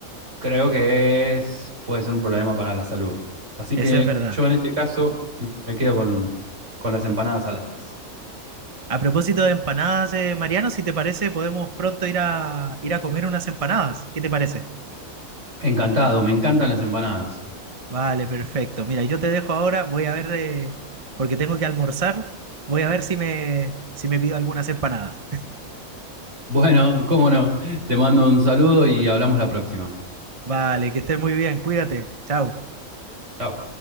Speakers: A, on the right; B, on the right.
A: Creo que es, puede ser un problema para la salud. Así
B: eso
A: que
B: es verdad.
A: yo en este caso me quedo con, con las empanadas saladas.
B: A propósito de empanadas, eh, Mariano, si te parece, podemos pronto ir a, ir a comer unas empanadas. ¿Qué te parece?
A: Encantado, me encantan las empanadas.
B: Vale, perfecto. Mira, yo te dejo ahora, voy a ver, eh, porque tengo que almorzar, voy a ver si me, si me pido algunas empanadas.
A: Bueno, cómo no. Te mando un saludo y hablamos la próxima.
B: Vale, que estés muy bien, cuídate. Chao.
A: Chao.